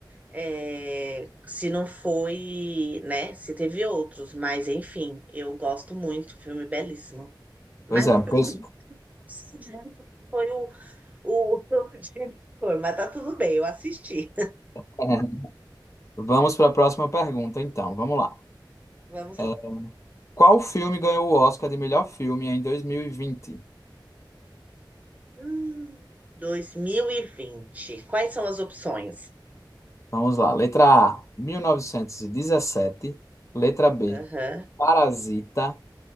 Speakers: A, on the right; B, on the left.
A: é, se não foi, né? Se teve outros, mas enfim, eu gosto muito, filme belíssimo.
B: Pois
A: Mas
B: é,
A: eu
B: pois
A: não sei direito quem foi o, o, <laughs> o diretor, mas tá tudo bem, eu assisti.
B: <laughs> vamos para a próxima pergunta, então. Vamos lá.
A: <laughs> Vamos
B: É,
A: lá.
B: qual filme ganhou o Oscar de melhor filme em dois mil e vinte
A: Hum, 2020. Quais são as opções?
B: Vamos lá. Letra A, mil novecentos e dezessete Letra B,
A: Aham.
B: Parasita.